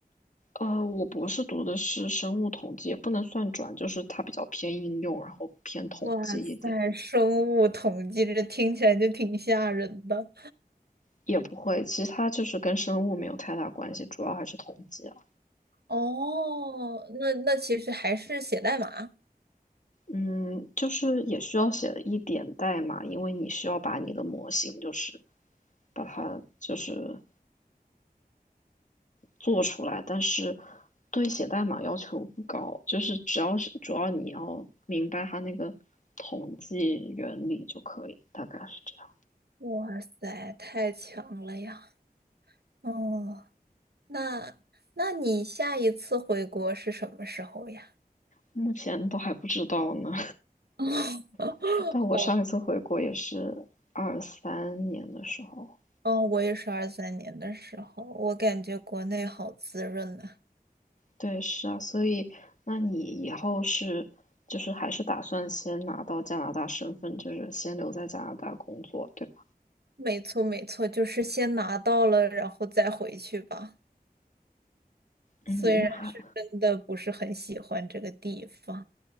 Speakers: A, on the left (about 50°); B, on the right (about 80°).
A: 呃，我博士读的是生物统计，也不能算转，就是它比较偏应用，然后偏统计一点，
B: 哇塞，生物统计这听起来就挺吓人的。
A: 也不会，其他就是跟生物没有太大关系，主要还是统计。啊。
B: 哦，那那其实还是写代码。
A: 嗯，就是也需要写一点代码，因为你需要把你的模型就是把它就是做出来，但是对写代码要求不高，就是只要是主要你要明白它那个统计原理就可以，大概是这样。
B: 哇塞，太强了呀！哦，那那你下一次回国是什么时候呀？
A: 目前都还不知道呢，
B: <laughs>
A: <laughs> 但我上一次回国也是二三年的时候。
B: 哦，哦，我也是二三年的时候，我感觉国内好滋润啊。
A: 对，是啊，所以那你以后是就是还是打算先拿到加拿大身份，就是先留在加拿大工作，对吧？
B: 没错，没错，就是先拿到了，然后再回去吧。
A: 嗯，
B: 虽然是真的不是很喜欢这个地方。
A: 那还